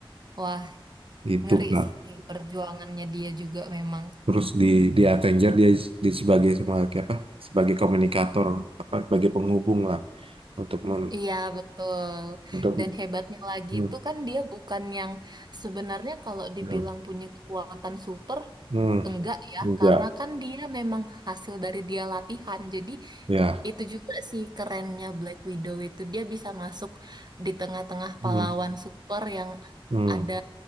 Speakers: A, on the right; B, on the right.
A: Wah,
B: itu
A: ngeri
B: Kak.
A: sih perjuangannya dia juga memang.
B: terus di di Avenger dia di sebagai sebagai apa sebagai komunikator apa sebagai penghubung lah untuk men,
A: Iya, betul.
B: untuk
A: Dan hebatnya lagi
B: hmm,
A: itu kan dia bukan yang sebenarnya kalau dibilang
B: hmm.
A: punya kekuatan super,
B: Hmm,
A: Enggak ya,
B: enggak.
A: karena kan dia memang hasil dari dia latihan. Jadi
B: Ya.
A: itu juga sih kerennya Black Widow itu dia bisa masuk di tengah-tengah
B: Hmm.
A: pahlawan super yang
B: Hmm.
A: ada